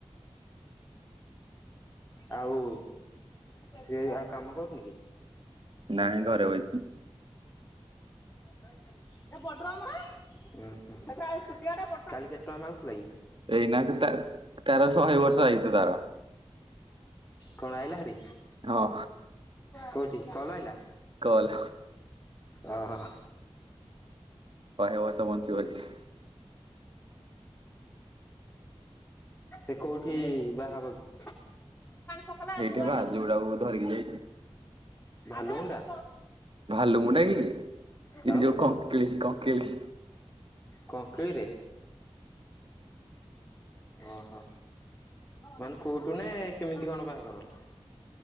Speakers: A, on the left; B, on the right.
A: ଆଉ ସେଏ ଆଉ କାମ କରୁଛନ୍ତି କି?
B: ନାଇଁ ଘରେ ବଇଛି।
A: ହୁଁ କାଲି କେତେ ଟଙ୍କା ମାଗୁଥିଲା କି?
B: ଏଇନା ତା ତାର ଶହେ ବର୍ଷ ଆୟୁଷ ତାର
A: କଣ ଆଇଲା ହାରି
B: ହଁ
A: କୋଉଠି କଲ ଆଇଲା।
B: କଲ୍
A: ଓହୋ।
B: ଶହେ ବର୍ଷ ବଞ୍ଚିବ ଆଜି।
A: ଏ କେଉଁଠି ବାହା ହବ କି? ପକେଇଲା
B: ଏଇଠି
A: ଦୁଆର
B: ବା ଆଜି ଯୋଉଟାକୁ ଧରିକି ଯାଇଛି।
A: ଭାଲୁମୁଣ୍ଡା।
B: ଭାଲୁ ମୁଣ୍ଡା କି ଏ
A: ଆଉ
B: ଯୋଉ କଙ୍କଲିକ-କଙ୍କକିଲ
A: କଙ୍କିଳିରେ। ଓ ହୋ। ମାନେ କୋଉଠୁ ନେ କେମିତି କଣ ବାହାଘର?